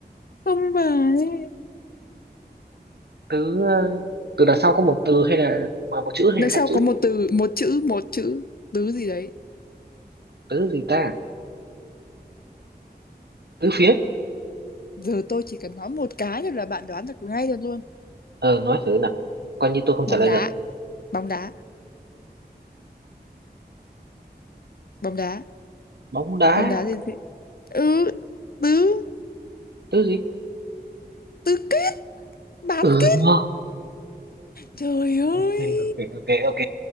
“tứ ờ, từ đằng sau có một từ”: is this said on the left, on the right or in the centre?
Right